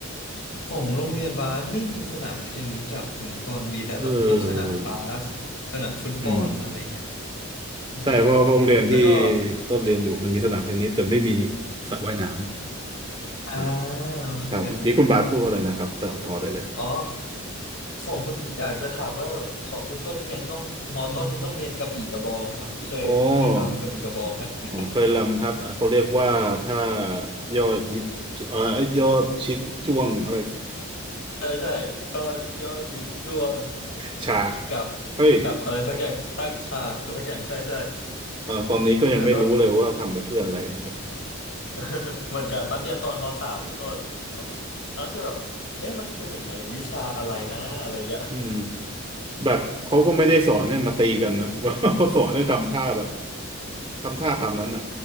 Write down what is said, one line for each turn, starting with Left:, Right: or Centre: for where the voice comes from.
Left: ของโรงเรียนบาสไม่มีสนามเทนนิสอะคุณต้นมีแต่แบบพวกสนามบาส
Right: เออ
Left: สนามฟุตบอลอะไรเงี้ย
Right: อืม
Left: เออ
Right: ใช่เพราะเพราะโรงเรียนที่
Left: แล้วก็
Right: ต้นเรียนอยู่มันมีสนามเทนนิสแต่ไม่มีสระว่ายน้ำอ่า
Left: อ่าโอเค
Right: ครับเมื่อกี้คุณบาสพูดว่าอะไรนะครับต่อต่อได้เลยครับ
Left: อ๋อของคุณอยากจะถามว่าแบบของคุณต้นนี่ยังต้องมอต้นนี่ต้องเรียนกระบี่กระบองไหมครับเคยเคยรำกระบี่กระบองไหม
Right: อืมอ๋อ
Left: <laughs>
Right: อ๋อเคยลำครับอ่ะเขาเรียกว่าถ้ายอดยิดเอ่อยอดชิดจ้วงอะไร
Left: ใช่ใช่ย่อย่อชิดจ้วง
Right: <laughs> ฉาก
Left: กับ
Right: เฮ้ย
Left: กับอะไรสักอย่างตั้งฉากอะไรสักอย่างใช่ใช่
Right: เอ่อตอนนี้ก็ยังไม่รู้เลยว่าทำไปเพื่ออะไรเหมือนกันครับ
Left: เออตอน <laughs> เหมือนกันปันเรียนตอนมสามคุณต้นแบบน้อยคือแบบเอ๊ะมันคือหนึ่งในวิชาอะไรนะอะไรอย่างเงี้ย
Right: อืม แบบเขาก็ไม่ได้สอนให้มาตีกันนะว่าเขาสอนให้ทำท่าแบบทำท่าตามนั้นอ่ะ